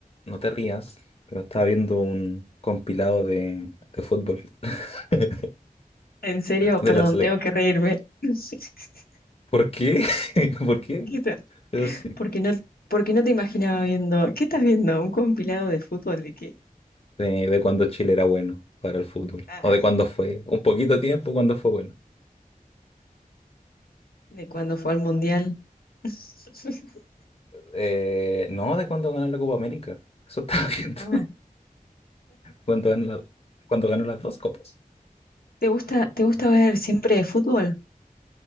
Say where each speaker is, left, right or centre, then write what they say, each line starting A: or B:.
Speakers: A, on the left; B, on the left.
A: no te rías, pero estaba viendo un compilado de, de fútbol <laughs>
B: En serio,
A: de
B: perdón,
A: la selección.
B: tengo que reírme. <laughs>
A: ¿Por qué? <laughs> ¿Por qué?
B: ¿Qué tal?
A: Pero sí,
B: Porque no, porque no te imaginaba viendo. ¿Qué estás viendo? ¿Un compilado de fútbol de qué?
A: de, de cuando Chile era bueno para el fútbol.
B: Ah,
A: O de cuando fue, un poquito de tiempo cuando fue bueno.
B: de cuando fue al mundial. <laughs>
A: Eh, no, de cuando ganó la Copa América. Eso estaba <laughs> viendo.
B: Ah.
A: Cuando ganó la- cuando ganó las dos copas.
B: ¿Te gusta, te gusta ver siempre fútbol?